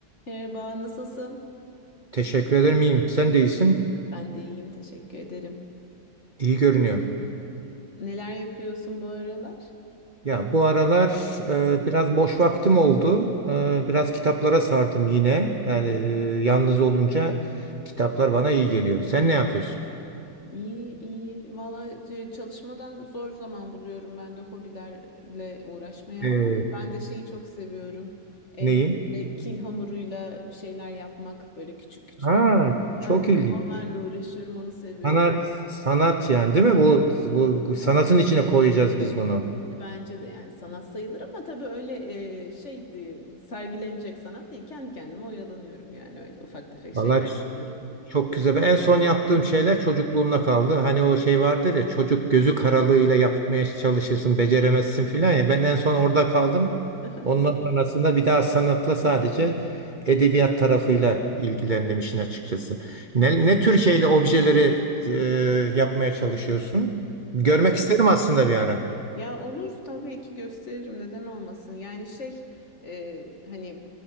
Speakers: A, on the left; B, on the right.
A: Merhaba, nasılsın?
B: Teşekkür ederim iyiyim. Sen de iyisin.
A: Ben de iyiyim, teşekkür ederim.
B: İyi görünüyorsun.
A: Neler yapıyorsun bu aralar?
B: Ya bu aralar e, biraz boş vaktim oldu. E, biraz kitaplara sardım yine. Yani e, yalnız olunca kitaplar bana iyi geliyor. Sen ne yapıyorsun?
A: İyi, iyi. Vallahi c- çalışmadan zor zaman buluyorum ben de hobilerle uğraşmaya
B: E,
A: ama ben de şeyi çok seviyorum. Elde
B: neyim?
A: böyle kil hamuruyla bir şeyler yapmak böyle küçük küçük.
B: Aa, çok
A: Aynen
B: ilginç.
A: onlarla uğraşıyorum, onu seviyorum.
B: Sanat, sanat yani değil mi? Bu, bu, bu sanatın içine koyacağız biz bunu.
A: E, bence de yani sanat sayılır ama tabii öyle e, şey değil, sergilenecek sanat değil. Kendi kendime oyalanıyorum yani öyle ufak tefek
B: Vallahi
A: şeyler yapıyorum.
B: Çok güzel. En son yaptığım şeyler çocukluğumda kaldı. Hani o şey vardır ya çocuk gözü karalığıyla yapmaya çalışırsın, beceremezsin filan ya. Ben en son orada kaldım.
A: <laughs>
B: Ondan sonrasında bir daha sanatla sadece edebiyat tarafıyla ilgilendim işin açıkçası. Ne, ne tür şeyle objeleri e, yapmaya çalışıyorsun? Görmek
A: Ya
B: isterim aslında bir ara.
A: Ya olur tabii ki gösteririm neden olmasın. Yani şey e, hani